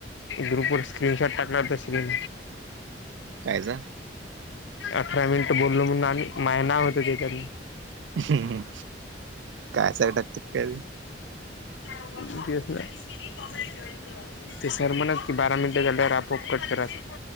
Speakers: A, on the left; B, on the right.
A: ग्रुपर स्क्रीनशॉट टाकणार त्या स्न
B: कायच
A: अठरा मिनिट बोललो म्हणून महिना होत त्याच्या
B: ह् कायसा टाकत करी
A: <unintelligible> ते सर म्हणत की बारा मिनिटं झाल्यावर आपआप कट करायचा